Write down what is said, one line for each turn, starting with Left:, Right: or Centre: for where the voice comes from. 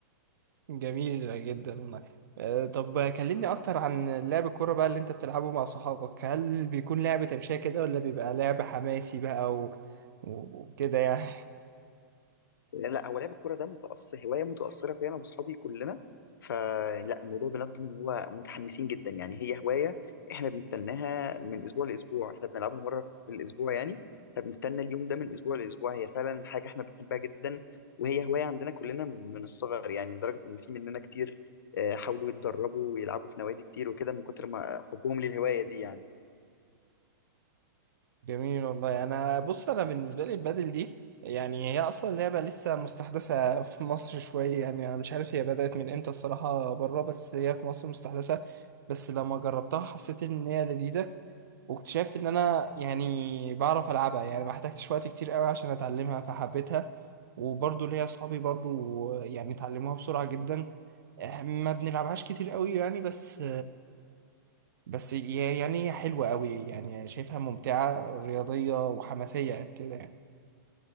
Right: <laughs> جميل جدا والله آه، طب كلمني اكتر عن لعب الكوره بقى اللي انت بتلعبه مع صحابك هل بيكون لعب تمشيه كده ولا بيبقى لعب حماسي بقى و... وكده يعني
Left: لا هو لعب الكوره ده متأثر هوايه متأثره فيا انا واصحابي كلنا فلا الموضوع بناخده ان هو متحمسين جدا يعني هي هوايه احنا بنستناها من اسبوع لاسبوع احنا بنلعبها مره في الاسبوع يعني فبنستنى اليوم ده من اسبوع لاسبوع هي فعلا حاجه احنا بنحبها جدا وهي هوايه عندنا كلنا من الصغر يعني لدرجه ان في مننا كتير آه، حاولوا يتدربوا ويلعبوا في نوادي كتير وكده من كتر ما حبهم للهوايه دي يعني
Right: جميل والله انا بص انا بالنسبه لي البادل دي يعني هي اصلا لعبه لسه مستحدثه في مصر شويه يعني انا مش عارف هي بدات من امتى الصراحه بره بس هي في مصر مستحدثه بس لما جربتها حسيت ان هي لذيذه واكتشفت ان انا يعني بعرف العبها يعني ما احتاجتش وقت كتير قوي عشان اتعلمها فحبيتها وبرضو ليا اصحابي برضو يعني اتعلموها بسرعه جدا آه، ما بنلعبهاش كتير قوي يعني بس بس ي- يعني هي حلوة قوي يعني شايفها ممتعة رياضية وحماسية كده يعني